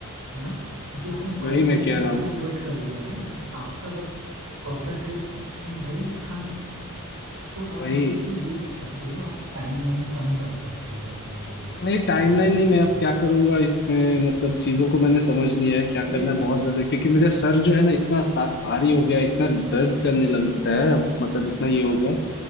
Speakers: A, on the right (about 90°); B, on the left (about 50°).
A: है ना क्योंकि आपने माइंड
B: वही मैं
A: तो अपना
B: कह
A: वहाँ
B: रहा हूँ
A: डाइवर्ट कर लिया ना यार आपका बस कंसंट्रेशन है ही नहीं खाने में तो आप
B: वही
A: मतलब कि ये कर सकते हो आप टाइमलाइन कम कर सकते हो अपने के लिए
B: नहीं टाइमलाइन
A: जैसे कि
B: नहीं मैं
A: आप
B: अब क्या करूंगा इसमें मतलब चीजों को मैंने समझ लिया है क्या
A: धीरे
B: करना
A: धीरे
B: है बहुत ज्यादा क्योंकि मेरा
A: हम्म
B: सर जो है ना इतना सा- भारी हो गया है, इतना दर्द करने लगता है अब मतलब इतना ये हो गया है